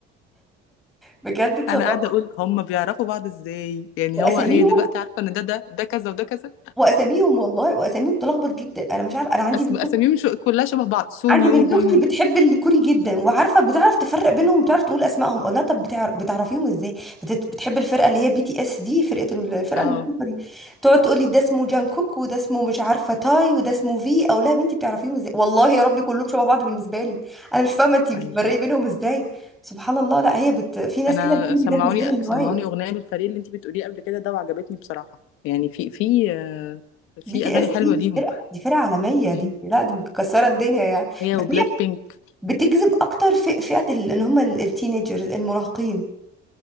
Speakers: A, in the centre; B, on the left (about 75°).
A: بجد اتصدمت
B: أنا قاعدة أقول هم بيعرفوا بعض إزاي يعني
A: واساميهم
B: هو هي دلوقتي عارفة إن ده ده ده كذا وده كذا
A: واساميهم والله واساميهم بتلخبط جدا انا مش عارفه انا عندي
B: اسم
A: بنت
B: اساميهم شو... كلها شبه بعض سون
A: عندي
B: يو
A: بنت
B: هونج
A: اختي بتحب الكوري جدا وعارفه بتعرف تفرق بينهم بتعرف تقول اسمائهم اقول لها طب بتعر- بتعرفيهم ازاي بتت- بتحب الفرقه اللي هي بي تي اس دي فرقه ال- الفرقه
B: اه
A: الموسيقى دي تقعد تقول لي ده اسمه جانكوك وده اسمه مش عارفه تاي وده اسمه في اقول لها يا بنتي بتعرفيهم ازاي والله يا ربي كلهم شبه بعض بالنسبه لي انا مش فاهمه انت بتفرقي
B: ايوه
A: بينهم ازاي سبحان الله لا هي بت... في ناس
B: انا
A: كده الكوري
B: سمعوني
A: ده بالنسبه لهم
B: سمعوني
A: هوايه
B: اغنيه للفريق اللي انت بتقوليه قبل كده ده وعجبتني بصراحه يعني في في آه، في
A: بي تي
B: اغاني
A: اس دي
B: حلوه
A: دي
B: ليهم
A: فرقه دي فرقه عالميه
B: مم.
A: دي لا دي مكسره الدنيا يعني
B: هي
A: بس
B: وبلاك بينك
A: بتجذب اكتر في فئة ال- اللي هم ال- التينيجرز المراهقين